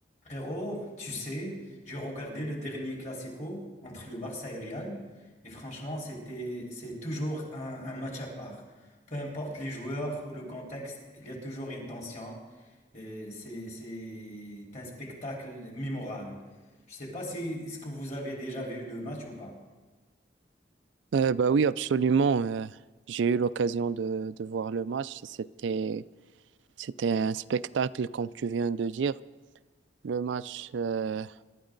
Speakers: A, on the left; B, on the right.
A: Frérot, tu sais, j'ai regardé le dernier Classico entre le Barça et Real et franchement, c'était, c'est toujours un, un match à part. Peu importe les joueurs ou le contexte, il y a toujours une tension et c'est, c'est un spectacle mémorable. Je sais pas si est-ce que vous avez déjà vu le match ou pas.
B: Euh, bah oui, absolument. euh, j'ai eu l'occasion de, de voir le match. C'était, c'était un spectacle, comme tu viens de dire. Le match euh,